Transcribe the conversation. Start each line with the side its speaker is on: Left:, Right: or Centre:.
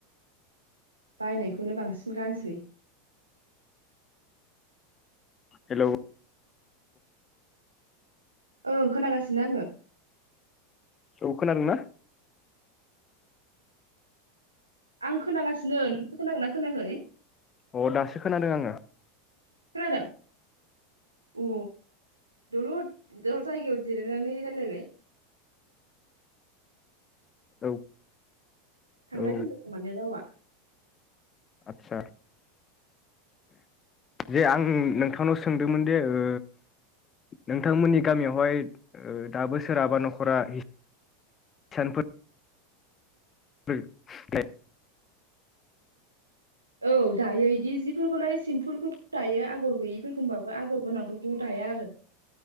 Right: बायनायखौनो बांसिन गानसै
Left: हेल'
Right: ओं खोनागासिनो आङो
Left: औ खोनादोंना?
Right: आं खोनागासिनो नोंसो खोनागोनना खोनाखै?
Left: अ दासो खोनादों आङो।
Right: खोनादों? अ दलद जायगायाव जिरायनानै रायलायलाय
Left: औ
Right: थांलाय
Left: औ
Right: फैलाय दं माने रावआ
Left: आदसा जे आं नोंथांनाव सोंदोंमोन दि ओ नोंथांमोननि गामियावहाय दाबो ओ सोरहाबा नखरा <unintelligible> <unintelligible>
Right: औ दायो दि जिफोरखौलाय सिम्पुलफोर दायो आगर गैयिफोरखौमबाबो आगर गोनांफोरखौ दाया आरो।